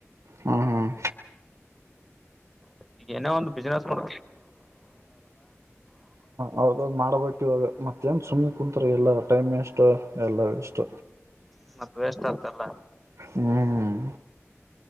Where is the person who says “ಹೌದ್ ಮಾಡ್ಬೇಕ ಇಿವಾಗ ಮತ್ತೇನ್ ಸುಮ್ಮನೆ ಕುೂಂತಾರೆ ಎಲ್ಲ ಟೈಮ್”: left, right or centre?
Right